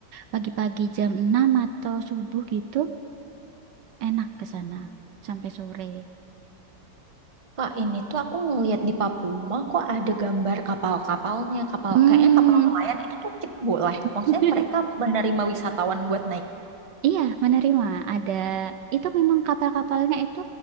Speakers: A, on the right; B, on the right.
A: pagi-pagi jam 6 atau subuh gitu enak ke sana sampai sore.
B: Kak, ini tuh aku ngelihat di Papuma kok ada gambar kapal-kapalnya. Kapal
A: Hmm.
B: kayaknya kapal nelayan itu tuh kita boleh.
A: <laughs>
B: Maksudnya mereka menerima wisatawan buat naik.
A: Iya, menerima. Ada itu memang kapal-kapalnya itu